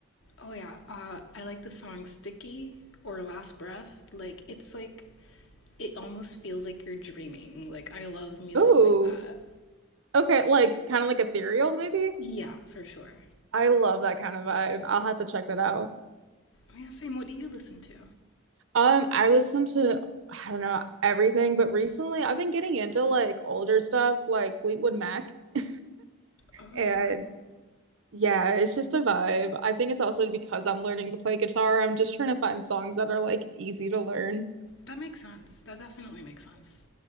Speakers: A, on the left; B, on the right.
A: Oh yeah, uh, I like the song "Sticky" or "Last Breath." Like it's like, it almost feels like you're dreaming. Like I love music
B: Oh,
A: like that.
B: okay, like kind of like ethereal maybe.
A: Yeah, for sure.
B: I love that kind of vibe. I'll have to check that out.
A: Oh, yeah, same. What do you listen to?
B: Um, I listen to I don't know everything, but recently I've been getting into like older stuff like Fleetwood Mac. <laughs>
A: Oh
B: And
A: yeah,
B: Yeah, it's just a vibe. I think it's also because I'm learning to play guitar. I'm just trying to find songs that are like easy to learn.
A: that makes sense. That definitely makes sense.